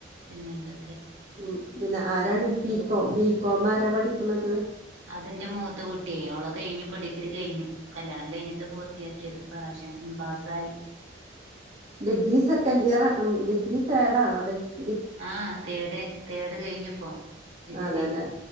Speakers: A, on the right; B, on the right.
A: പിന്നെ എന്താ
B: ഉം പിന്നെ ആരാണ് ബികോം
A: പോ
B: ബികോം ആരാ പഠിക്കണത്.
A: അതെന്റെ മൂത്ത കുട്ടിയെ ഓളെ കഴിഞ്ഞു ഇപ്പൊ ഡിഗ്രി കഴിഞ്ഞു. കല്യാണം കഴിഞ്ഞിട്ട് പൂർത്തിയാക്കി ഇത്. ഇപ പാസായി
B: degree second year degree third ആണോ? ഡ
A: ആ തേഡ് തേഡ് കഴിഞ്ഞു ഇപ്പൊ. ഡിഗ്രി
B: അതെല്ലേ